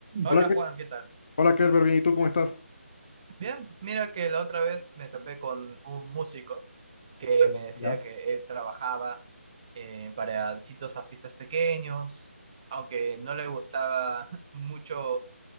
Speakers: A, on the right; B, on the left.
A: Hola
B: Hola, Ke-
A: Juan, ¿qué tal?
B: hola Kerber, bien, ¿y tú cómo estás?
A: Bien, mira que la otra vez me topé con un músico que me decía
B: Ya,
A: que él trabajaba eh, para distintos artistas pequeños, aunque no le gustaba <laughs> mucho